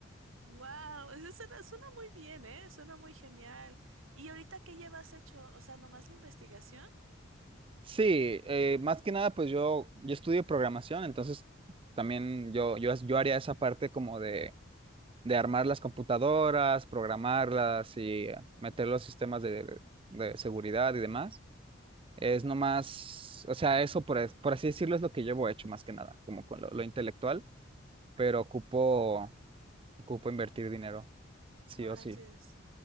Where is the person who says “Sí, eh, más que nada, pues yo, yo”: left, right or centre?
Right